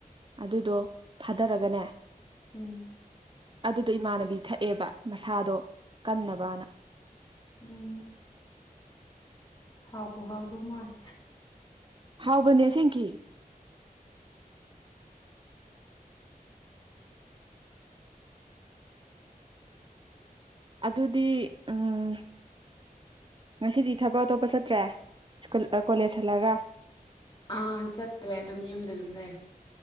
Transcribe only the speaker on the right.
ꯑꯗꯨꯗꯣ ꯊꯥꯗꯔꯒꯅꯦ
ꯑꯗꯨꯗꯣ ꯏꯃꯥꯟꯅꯕꯤ ꯊꯛꯑꯦꯕ ꯃꯁꯥꯗꯣ ꯀꯟꯅꯕꯅ
ꯍꯥꯎꯕꯅꯦ ꯁꯦꯡꯀꯤ ꯑꯗꯨꯗꯤ ꯎꯝ ꯉꯁꯤꯗꯤ ꯊꯕꯛ ꯑꯇꯣꯞꯄ ꯆꯠꯇ꯭ꯔꯦ ꯁ꯭ꯀꯨꯜ ꯀꯣꯂꯦꯖ ꯍꯜꯂꯒ